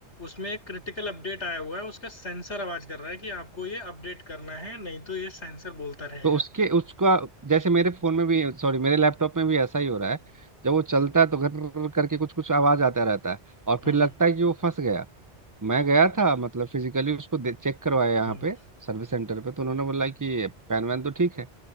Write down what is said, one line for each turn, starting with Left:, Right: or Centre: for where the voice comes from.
Left: उसमें एक क्रिटिकल अपडेट आया हुआ है उसका सेंसर आवाज कर रहा है कि आपको ये अपडेट करना है नहीं तो ये सेंसर बोलता रहेगा
Right: तो उसके उसका जैसे मेरे फोन में भी सॉरी मेरे लैपटॉप में भी ऐसा ही हो रहा है जब वो चलता है तो घर करके कुछ कुछ आवाज आता रहता है और
Left: हम्म
Right: फिर लगता है कि वो फंस गया मैं गया था मतलब फिजिकली उसको चेक करवाया यहाँ
Left: हम्म।
Right: पे सर्विस सेंटर पे तो उन्होंने बोला कि फैन वैन तो ठीक है